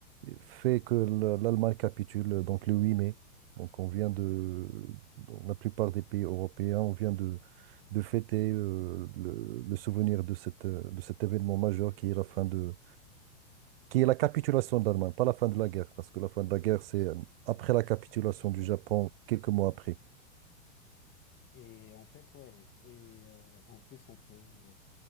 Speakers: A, on the right; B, on the left.
A: fait que la- l'Allemagne capitule donc le 8 mai. Donc on vient de, dans la plupart des pays européens, on vient de, de fêter euh, le, le souvenir de cette, euh, de cet événement majeur qui est la fin de, qui est la capitulation de l'Allemagne, pas la fin de la guerre, parce que la fin de la guerre, c'est euh, après la capitulation du
B: ouais,
A: Japon, quelques mois après.
B: ouais. Et en fait, ouais. Et euh, en plus, on peut.